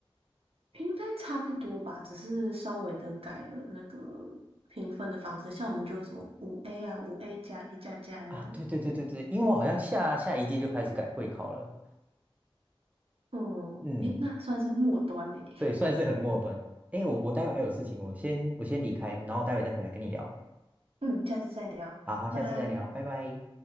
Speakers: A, on the right; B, on the right.
A: 应该差不多吧，只是稍微的改了那个评分的方式，像我们就有什么五 A 啊、五 A 加、A 加加这样。
B: 啊？对对对对对，因为我好像下下一届就开始改会考了。
A: 嗯，
B: 嗯，
A: 诶，那算是末端诶。
B: 对，算是很末端。诶，我我待会还有事情，我先我先离开，然后待会再回来跟你聊。
A: 嗯，下次再聊，
B: 好好，
A: 拜拜。
B: 下次再聊，拜拜。